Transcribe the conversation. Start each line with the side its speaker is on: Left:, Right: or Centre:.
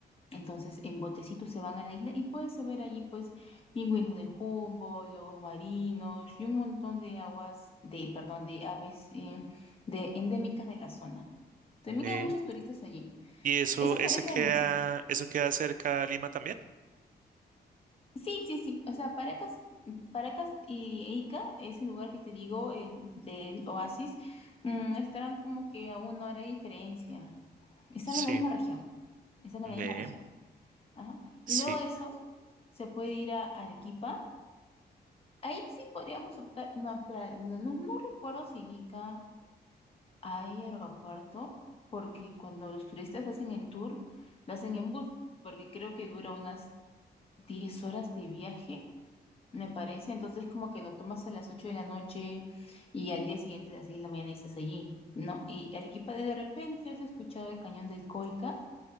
Left: Entonces, en botecitos se van a la isla y puedes ver allí, pues, pingüinos de jumbo, lobos marinos y un montón de aguas, de, perdón, de aves eh, de, endémicas de la zona. También
Right: ve.
Left: hay muchos turistas allí.
Right: ¿Y eso,
Left: Eso
Right: ese
Left: parece
Right: queda,
Left: al inicio.
Right: eso queda cerca a Lima también?
Left: Sí, sí, sí. O sea, Paracas, Paracas y e Ica, ese lugar que te digo, el del Oasis, mm, estarán como que a una hora de diferencia. Están
Right: Sí,
Left: en la misma región. Están en
Right: ve,
Left: la misma región. Ajá.
Right: sí.
Left: Y luego de eso, se puede ir a Arequipa. Ahí sí podríamos optar. No, espera, no, no- no recuerdo si en Ica hay aeropuerto, porque cuando los turistas hacen el tour, lo hacen en bus, porque creo que dura unas 10 horas de viaje Me parece, entonces como que lo tomas a las 8 de la noche y al día siguiente a las 6 de la mañana y estás allí, ¿no? Y Arequipa, de repente has escuchado el cañón del Colca.